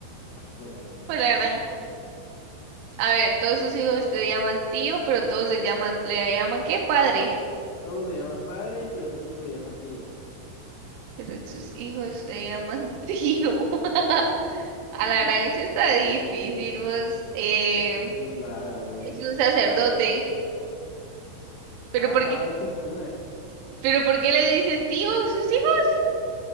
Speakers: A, on the left; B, on the right.
A: Hijo de la gran-
B: Pues la gran. A ver, todos sus hijos le llaman tío, pero todos le llaman, ¿le llaman qué? Padre.
A: Todos le llaman padre, pero sus hijos le llaman tío.
B: pero sus hijos le llaman tío. <laughs> A
A: <laughs>
B: la gran, eso está difícil, vos. Eh,
A: Ay, Está muy rara, güey.
B: es un sacerdote. ¿Pero
A: Ajá,
B: por qué?
A: es un cura.
B: ¿Pero por qué le dicen tío a sus hijos?